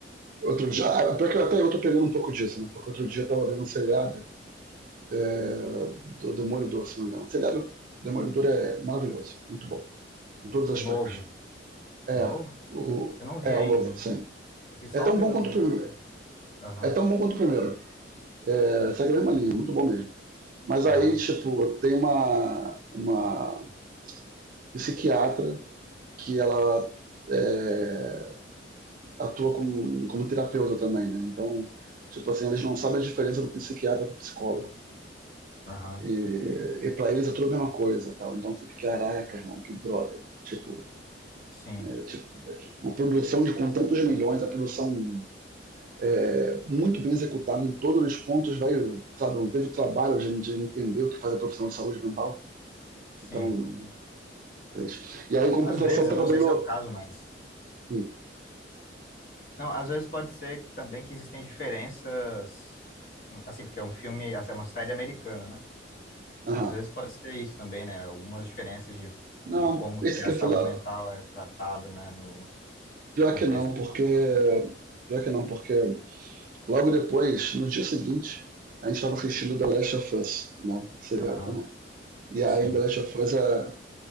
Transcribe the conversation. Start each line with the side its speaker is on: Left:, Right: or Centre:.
Right: outro dia, ah, pior que até eu tô pegando um pouco disso, né? Porque outro dia eu tava vendo um seriado é, do Demolidor, se não me engano. O seriado Demolidor é maravilhoso, muito bom, em todos os
Left: O
Right: aspectos.
Left: novo.
Right: É,
Left: O novo?
Right: o,
Left: Eu não vi
Right: é, o
Left: ainda.
Right: novo, sim.
Left: Eu vi só
Right: É tão
Left: o... pri-
Right: bom
Left: eu-
Right: quanto o primeiro.
Left: Aham,
Right: É tão bom quanto o primeiro. É, segue a mesma linha, muito bom mesmo. Mas
Left: aham,
Right: aí, tipo, tem uma, uma psiquiatra que ela é, atua como, como terapeuta também, né? Então, tipo assim, eles não sabem a diferença do psiquiatra pro psicólogo.
Left: aham.
Right: E, e pra eles é tudo a mesma coisa, tal. Então, fica, caraca, irmão, que droga. Tipo,
Left: Sim,
Right: é, tipo, uma produção de com tantos milhões, a produção é, muito bem executada em todos os pontos, vai, sabe, não teve trabalho de, de entender o que faz a profissional de saúde mental.
Left: sim.
Right: Então, triste. E aí, em compensação,
Left: Às vezes,
Right: eu
Left: eu
Right: tava
Left: não sei
Right: vendo.
Left: se é o caso, mas...
Right: Hum,
Left: Não, às vezes pode ser também que existem diferenças, assim, porque é um filme, essa é uma série americana, né?
Right: aham.
Left: Às vezes pode ser isso também, né? Algumas diferenças de,
Right: Não,
Left: de como
Right: esse
Left: que a
Right: que eu
Left: saúde
Right: ia falar,
Left: mental é tratada, né? No,
Right: pior
Left: no contexto.
Right: que não, porque. Pior que não, porque Logo depois, no dia seguinte, a gente estava assistindo The Last of Us, né? Seriado
Left: Aham,
Right: também. E aí,
Left: sim,
Right: em The Last of Us, a-